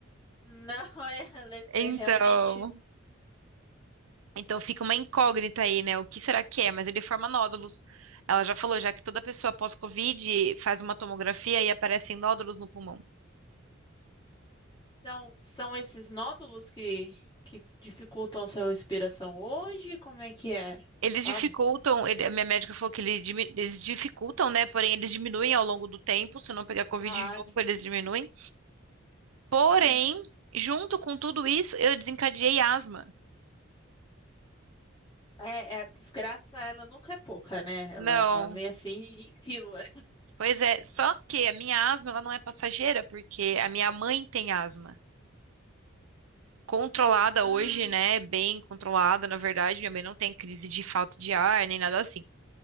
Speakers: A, on the left (about 20°); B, on the right (about 85°).
A: não, <laughs> é, ela é-
B: Então,
A: é realmente.
B: então fica uma incógnita aí, né? O que será que é? Mas ele forma nódulos. Ela já falou, já que toda pessoa pós-Covid faz uma tomografia e aparecem nódulos no pulmão.
A: Então, são esses nódulos que, que dificultam a sua respiração hoje? Como é que é? Você
B: Eles
A: sabe?
B: dificultam, ele- a minha médica falou que ele dimi- eles dificultam, né? Porém, eles diminuem ao longo do tempo. Se não pegar Covid
A: Ah,
B: de novo,
A: que-
B: eles diminuem. Porém,
A: uhum.
B: junto com tudo isso, eu desencadeei asma.
A: É, é, a desgraça, ela nunca é pouca, né? Ela,
B: Não.
A: ela vem assim em fila.
B: Pois é, só que a minha asma ela não é passageira, porque a minha mãe tem asma. Controlada
A: Ah,
B: hoje, né? Bem controlada, na verdade. Minha mãe não tem crise de falta de ar, nem nada assim.